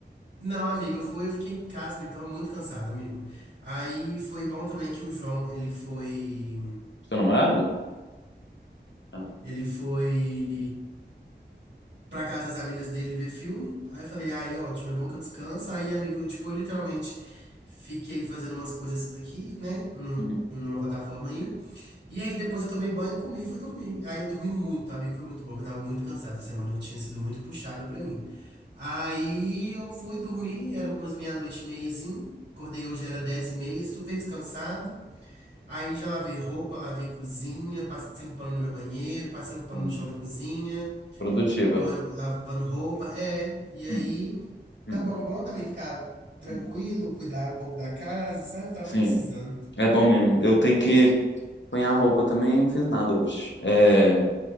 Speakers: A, on the right; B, on the left.
A: Não, amiga, eu fui, eu fiquei em casa mesmo, tava muito cansado, amigo. Aí foi bom também que o João, ele foi.
B: Seu namorado? Ah,
A: Ele foi pra casa das amigas dele ver filme. Aí eu falei, ai, ótimo, é bom que eu descanso. Aí, amigo, eu, tipo, eu literalmente fiquei fazendo umas coisas aqui, né? num-
B: uhum.
A: Numa plataforma aí. E aí depois eu tomei banho, comi e fui dormir. Aí eu dormi muito, amigo, foi muito bom, porque eu tava muito cansado. Essa semana tinha sido muito puxada pra mim. Aí eu fui dormir, era umas meia-noite e meia, assim. Acordei hoje, era dez e meia, super descansado. Aí já lavei roupa, lavei cozinha, passei um pano no meu banheiro, passei um pano
B: Hum,
A: no chão da cozinha,
B: Produtiva.
A: tô eu lavando roupa, é, e aí
B: Hum. Hum,
A: tá bom, bom também ficar tranquilo,
B: hum.
A: cuidar um pouco da casa, sabe? Tava
B: Sim,
A: precisando.
B: é bom mesmo. Eu tenho que apanhar roupa também, não fiz nada hoje. É,